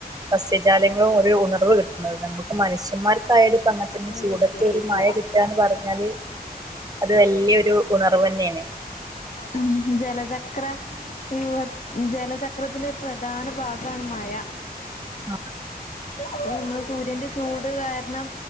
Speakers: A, on the right; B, on the left.
A: സസ്യജാലങ്ങളും ഒരു ഉണർവ് ക് ട്ട്ണത് നമ്മക്ക് മനുഷ്യന്മാർക്കായാലും ഇപ്പങ്ങനത്തന്നെ
B: അതിനെ
A: ചൂടത്ത്
B: കിട്ടും ജയിക്കാറ്
A: ഒരു മഴ കി ട്ടാന്ന് പറഞ്ഞാല് അത് വല്യൊരു ഉണർവെന്നേണ്
B: ഉം ഉം ജലചക്ര വ്യൂഹ ജലചക്രത്തിന്റെ ഒരു പ്രധാന ഭാഗാണ് മഴ
A: ആഹ്
B: പ്പൊ നമ്മ്ള് സൂര്യന്റെ ചൂട് കാരണം